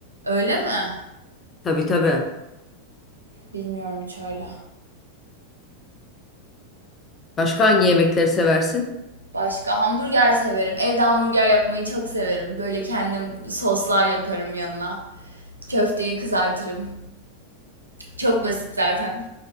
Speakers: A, on the right (about 80°); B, on the left (about 20°).
A: Öyle mi?
B: Tabii tabii.
A: Bilmiyorum hiç öyle.
B: Başka hangi yemekleri seversin?
A: Başka hamburger severim. Evde hamburger yapmayı çok severim. Böyle kendim soslar yaparım yanına. Köfteyi kızartırım. Çok basit zaten.